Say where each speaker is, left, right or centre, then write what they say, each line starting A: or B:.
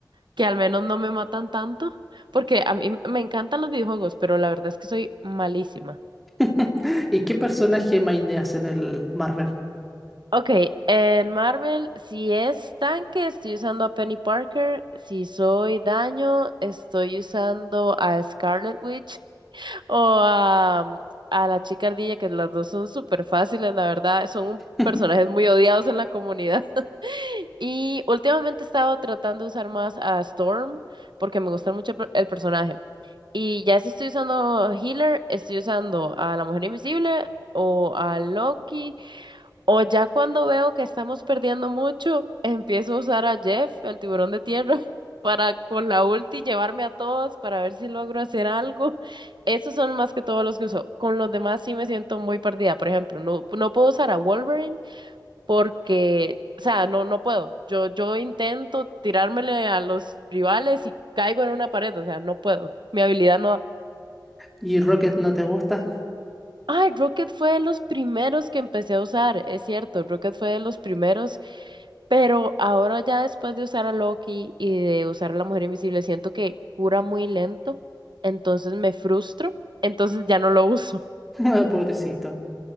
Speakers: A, on the right (about 80°); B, in the centre.
A: que al menos no me matan tanto, porque a mí me encantan los videojuegos, pero la verdad es que soy malísima.
B: <laughs> ¿Y qué personaje maineas en el Marvel?
A: Ok, en Marvel, si es tanque, estoy usando a Penny Parker. Si soy daño, estoy usando a Scarlet Witch <laughs> o a, mm, a la chica ardilla, que las dos son súper fáciles, la verdad. Son un-
B: <laughs>
A: personajes muy odiados en la comunidad. <laughs> Y últimamente he estado tratando de usar más a Storm porque me gusta mucho el per- el personaje. Y ya si estoy usando healer, estoy usando a la Mujer Invisible o a Loki. O ya cuando veo que estamos perdiendo mucho, empiezo a usar a Jeff, el tiburón de tierra, <laughs> para con la ulti llevarme a todos para ver si logro hacer algo. Esos son más que todos los que uso. Con los demás sí me siento muy perdida. Por ejemplo, no, no puedo usar a Wolverine porque, o sea, no, no puedo. Yo, yo intento tirármele a los rivales y caigo en una pared, o sea, no puedo. Mi habilidad no
B: ¿Y Rocket no te gusta?
A: Ay, Rocket fue de los primeros que empecé a usar, es cierto, Rocket fue de los primeros, pero ahora ya después de usar a Loki y de usar a la Mujer Invisible, siento que cura muy lento, entonces me frustro, entonces ya no lo uso.
B: <laughs> Ah, Pobrecito.